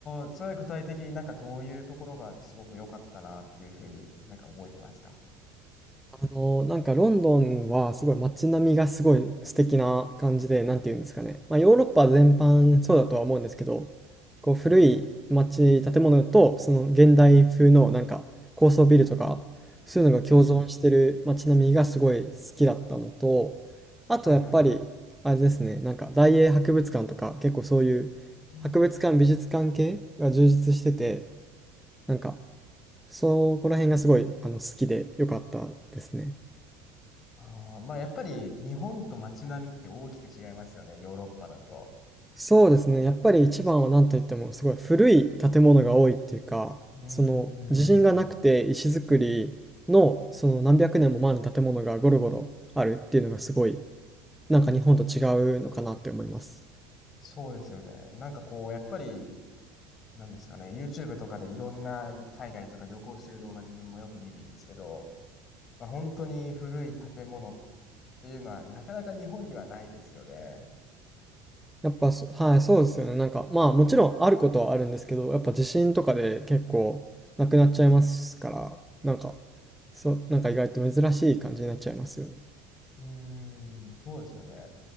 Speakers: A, on the left; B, in the centre.
A: あー、それは具体的になんかどういうところがすごく良かったなっていうふうになんか覚えてますか
B: あの、なんかロンドンはすごい街並みがすごい素敵な感じで、なんて言うんですかね。まあヨーロッパ全般そうだとは思うんですけど、こう古い街、
A: はいはい。
B: 建物とその現代風のなんか高層ビルとか、そういうのが共存してる街並みがすごい好きだったのと、
A: うーん。
B: あとやっぱり、
A: はいはいはい。
B: あれですね、なんか大英博物館とか結構そういう博物館、
A: うん。
B: 美術館系が充実してて、なんかそこら辺がすごいあの好きでよかったですね。
A: あー、まあやっぱり日本と街並みって大きく違いますよね、ヨーロッパだと。
B: そうですね。やっぱり一番は何と言ってもすごい古い建物が多いっていうか、
A: うーん。
B: その地震がなくて石造りのその何百年も前の建物がゴロゴロあるっていうのがすごいなんか日本と違うのかなって思います。
A: そうですよね。なんかこう、やっぱり、なんですかね、YouTube とかでいろんな海外とか旅行してる動画自分もよく見るんですけど、まあ、本当に古い建物っていうのはなかなか日本にはないですよね。
B: やっぱそ、はい、そうですよね。なんかまあもちろんあることはあるんですけど、やっぱ地震とかで結構なくなっちゃいますから、なんか、そう、なんか意外と珍しい感じになっちゃいますよね。
A: うーん、そうですよね。